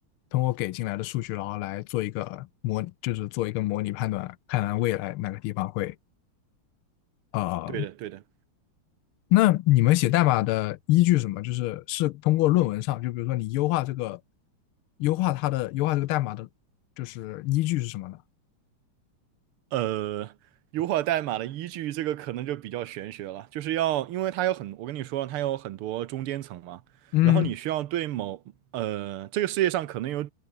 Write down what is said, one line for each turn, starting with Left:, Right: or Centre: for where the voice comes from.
Left: 通过给进来的数据，然后来做一个模，就是做一个模拟判断，看看未来哪个地方会呃
Right: 对的，对的。
Left: 那你们写代码的依据是什么？就是是通过论文上，就比如说你优化这个，优化它的优化这个代码的，就是依据是什么呢？
Right: 呃，优化代码的依据这个可能就比较玄学了，就是要，因为它有很，我跟你说，它有很多中间层嘛，
Left: 嗯
Right: 然后你需要对某，呃，这个世界上可能有